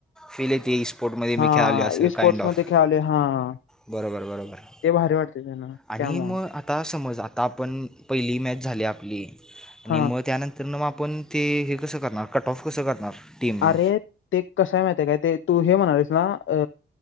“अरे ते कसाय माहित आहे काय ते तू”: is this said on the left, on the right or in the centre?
Left